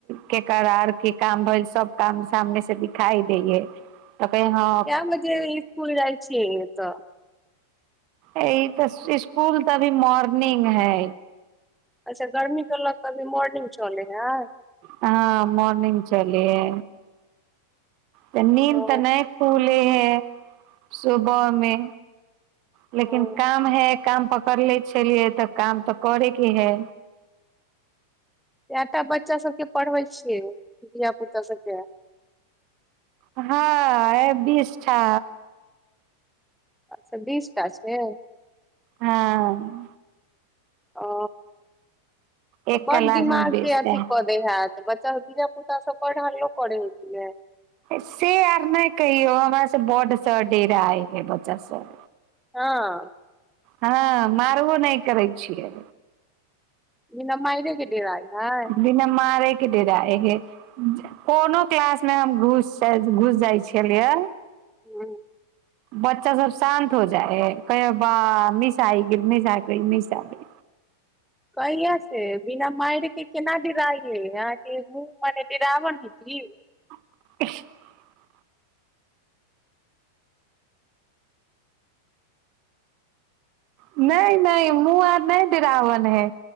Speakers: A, on the right; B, in the centre.
A: केकर आओर की काम भऽ गेल सभ। काम सामनेसँ दिखाई दै है।
B: <inaudible>
A: त कइहो हँ
B: कै बजे स्कूल जाइ छै त?
A: य तऽ स्कूल तऽ अभी मॉर्निंग है।
B: अच्छा, गर्मीके लऽ कऽ अभी मोर्निंग चले है।
A: हँ मॉर्निंग चलि ह तऽ नींद
B: ओ
A: तऽ नहि खुले हे सुबह मे लेकिन
B: ओ
A: काम है, काम पकड़ ले छलियै तऽ काम तऽ करैके है।
B: कएटा बच्चा सभके पढ़बै छियै, धियपुता सभके।
A: हँ, बीस टा
B: अच्छा, बीस टा छै?
A: हँ
B: ओ
A: एक
B: तऽ बड़
A: क्लास
B: दिमागके
A: मे बीस
B: अथी
A: टा
B: कऽ देय हत बच्चा, धिय पुता सभ बढ़ि हलो करै ह ने।
A: से आर नहि कहियौ, हमरासँ बड़सँ डेरा आय है बच्चा सभ।
B: हँ
A: हँ, मारबो नहि करै छियै।
B: बिना माइरे के डेराइ है
A: बिना मारे। के डेराइ छै? कोनो क्लासमे हम घुस घुस जाइ छलियै।
B: हँ
A: बच्चा सभ शान्त भऽ जाइ है, कहै बाऽ, मिस आइ गेल, मिस आ गेल, मिस आ गेल।
B: बढिया से बिना मार? के केना डेराइ, अहाँके मुँह मने रावण हे।
A: <inaudible> नहि नहि, मुँह आर नहि, डेरावन है,